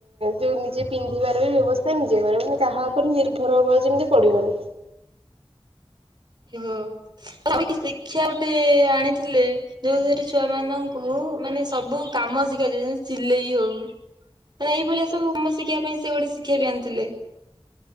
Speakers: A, on the right; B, on the right.
A: ଯୋଉ ନିଜେ ପିନ୍ଧିବାର ବ୍ୟବସ୍ ନିଜେ କ ମାନେ କାହା ଉପରେ ନିର୍ଭର ହବ ଯେମିତି ପଡିବନି।
B: ହୁଁ। ଆ ଶିକ୍ଷା ଗୋଟେ ଆଣିଥିଲେ ଯୋଉଥିରେ ଛୁଆ ମାନଙ୍କୁ ମାନେ ସବୁ କାମ ଶିଖାଯାଏ ଯେମିତି ସିଲେଇ ହଉ। ମାନେ ଏଇ ଭଳିଆ ସବୁକାମ ଶଖିଇବା ପାଇଁ ସେ ଗୋଟେ ଶି୍ଷା ବି ଆଣିଥିଲେ।